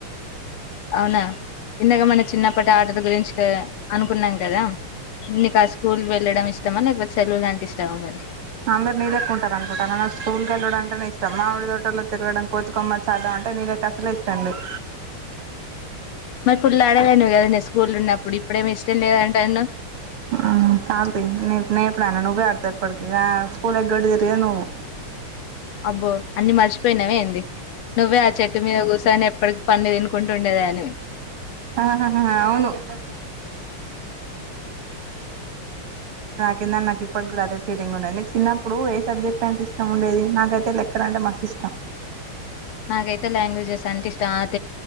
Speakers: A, on the left; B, on the right.
A: అవునా ఇందక మన చిన్నప్పటి ఆటలు గురించి అనుకున్నాం కదా నీకు ఆ స్కూల్ వెళ్ళడం ఇష్టమా లేకపోతే సెలవులంటే ఇష్టమా మరి
B: అందరి నీ లెక్కుంటారు అనుకుంటున్నావా స్కూల్కి వెళ్ళుడు అంటేనే ఇష్టం మామిడి తోటలో తిరగడం కోతి కొమ్మచి ఆడడం అంటే నీలెక్క అసలు ఇష్టంలేదు
A: మరి ఫుల్ ఆడేదానివ్ కదా నేను స్కూల్ల్ ఉన్నప్పుడు ఇప్పుడేమో ఇష్టం లేదంటున్నవ్
B: <unintelligible> <unintelligible>
A: అబ్బో అన్ని మర్చిపోయినావే ఏంది నువ్వే ఆ చెట్టు మీద కూర్చొని ఎప్పటికి పండ్లు తినుకుంటు ఉండేదానివి నివి
B: ఆహాహా అవును <unintelligible> కిందన నాకు ఇప్పడు కూడా అదే ఫీలింగ్ ఉన్నది నేను చిన్నప్పుడు ఏ సబ్జెక్ట్ అంటే ఇష్టం ఉండేది నాకైతే లెక్క లెక్కలు అంటే మస్తు ఇష్టం
A: నాకైతే <unintelligible>